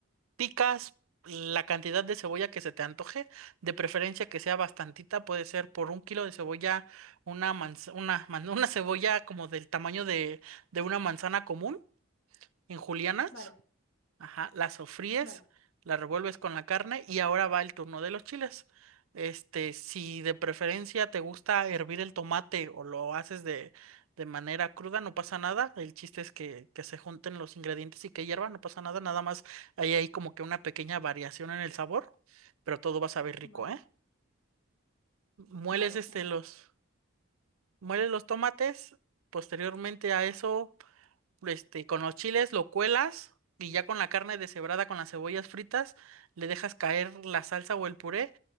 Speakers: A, on the right; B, on the left.
A: picas la cantidad de cebolla que se te antoje, de preferencia que sea bastantita, puede ser por un kilo de cebolla, una manz- una, man- <laughs> una cebolla como del tamaño de, de una manzana común en julianas,
B: vale,
A: Ajá, la sofríes,
B: vale,
A: la revuelves con la carne y ahora va el turno de los chiles. Este, si de preferencia te gusta hervir el tomate o lo haces de, de manera cruda, no pasa nada. El chiste es que, que se junten los ingredientes y que hierva, no pasa nada. Nada más hay ahí como que una pequeña variación en el sabor, pero todo va a saber rico,
B: vale.
A: ¿eh? Mueles
B: Vale,
A: este
B: genial.
A: los, mueles los tomates, posteriormente a eso este, con los chiles lo cuelas y ya con la carne deshebrada con las cebollas fritas le dejas caer la salsa o el puré